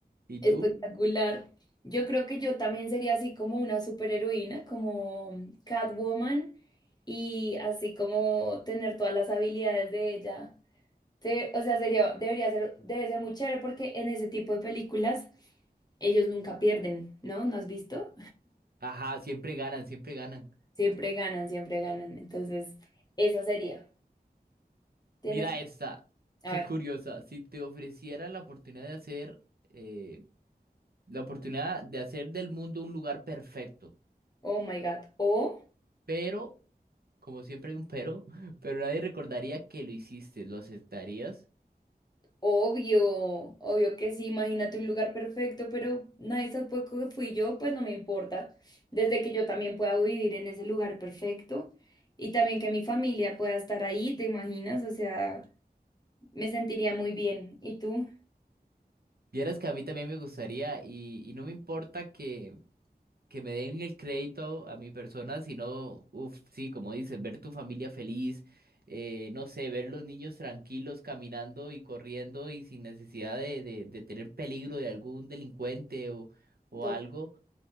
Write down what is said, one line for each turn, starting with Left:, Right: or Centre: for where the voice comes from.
Right: ¿Y
Left: Espectacular.
Right: tú?
Left: Yo creo que yo también sería así como una superheroína, como Catwoman, y así como tener todas las habilidades de ella. Se- o sea, sería, debería ser, debe ser muy chévere porque en ese tipo de películas ellos nunca pierden, ¿no? ¿No has visto?
Right: Ajá, siempre ganan, siempre ganan.
Left: Siempre ganan, siempre ganan. Entonces, esa sería. Tienes,
Right: Mira esta,
Left: a
Right: qué
Left: ver,
Right: curiosa. Si te ofreciera la oportunidad de hacer, eh, la oportunidad de hacer del mundo un lugar perfecto.
Left: oh my God. O,
Right: Pero, como siempre hay un pero, <laughs> pero nadie recordaría que lo hiciste, ¿lo aceptarías?
Left: obvio, obvio que sí, imagínate un lugar perfecto, pero nadie supo que fui yo, pues no me importa. Desde que yo también pueda vivir en ese lugar perfecto y también que mi familia pueda estar ahí, ¿te imaginas? O sea, me sentiría muy bien. ¿Y tú?
Right: Vieras que a mí también me gustaría y, y no me importa que, que me den el crédito a mi persona, sino, uff, sí, como dices, ver tu familia feliz, eh, no sé, ver los niños tranquilos caminando y corriendo y sin necesidad de, de, de tener peligro de algún delincuente o, o
Left: To-
Right: algo.